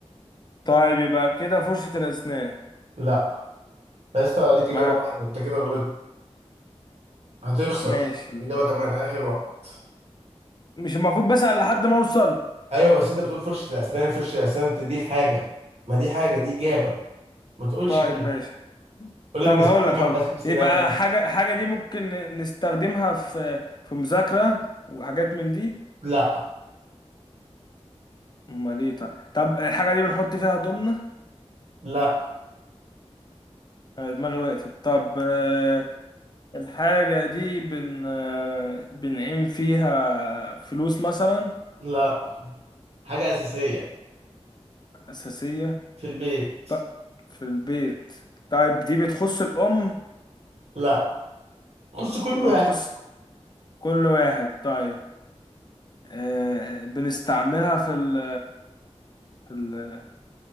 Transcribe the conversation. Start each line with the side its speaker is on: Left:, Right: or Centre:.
Left: طيب يبقى كده فرشه الاسنان
Right: لا يا اسطى ليك إجابة
Left: ما
Right: واحدة أنت كده غلطت هتخسر
Left: ماشي
Right: إجابة كمان آخر وقت
Left: مش المفروض بسأل لحد ما اوصل
Right: أيوه بس أنت بتقول فرشة الأسنان فرشة الأسنان أنت دي الحاجة ما دي حاجة دي إجابة ما تقولش
Left: طيب
Right: كده
Left: ماشي
Right: قول
Left: طيب
Right: بنستخدمها
Left: اقول لك هقول
Right: في غسيل
Left: لك.
Right: سناننا
Left: يبقى حاجه حاجه دي ممكن نستخدمها في في مذاكره وحاجات من دي
Right: لا
Left: امال ايه طيب طب الحاجه دي بنحط فيها هدومنا
Right: لا
Left: أنا دماغي وقفت طب آه، الحاجة دي بن بنعين فيها فلوس مثلا
Right: لا حاجة أساسية
Left: أساسية
Right: في البيت
Left: طب في البيت طيب دي بتخص الأم
Right: لا خش كود
Left: يبقى
Right: واحد
Left: بتخص كل واحد طيب آه، بنستعملها في ال في ال